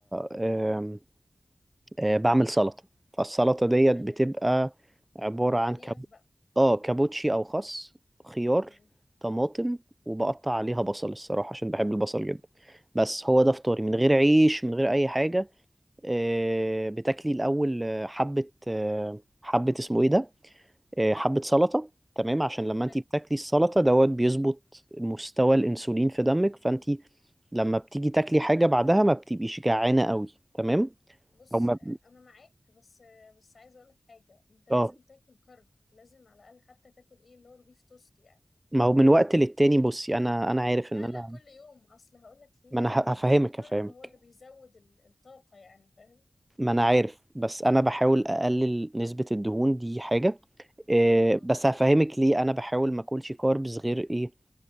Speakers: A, on the right; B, on the left.
A: آمم، آه، بعمل سلطة فالسلطة ديت
B: حلو
A: بتبقى عبارة
B: الألياف
A: عن كابو...
B: بقى
A: اه كابوتشي أو خس خيار
B: امم
A: طماطم وبقطع عليها بصل الصراحة عشان بحب البصل جدا بس هو ده فطاري من غير عيش من غير أي حاجة آه، بتاكلي الأول آه، حبة آه، حبة اسمه إيه ده آه، حبة سلطة تمام عشان لما انتي
B: حلو
A: بتاكلي السلطة دوت بيظبط مستوى الأنسولين في دمك فانتي لما بتيجي تاكلي حاجة بعدها ما بتبقيش جعانة قوي تمام
B: بص
A: او ما
B: انا معاك بس بس عايزه اقول لك حاجه انت لازم
A: اه
B: تاكل كارب لازم على الاقل حتى تاكل ايه اللي هو البيف توست يعني
A: ما هو من وقت للتاني بصي انا انا عارف
B: لا
A: ان انا
B: لا كل يوم اصل هقول لك ليه
A: ما انا ه- هفهمك
B: إيه، الكارب
A: هفهمك
B: هو اللي بيزود ال- الطاقه يعني فاهم
A: ما انا عارف بس انا بحاول اقلل نسبة الدهون دي حاجة إيه
B: اه
A: بس هفهمك ليه انا بحاول ما اكلش كاربز غير ايه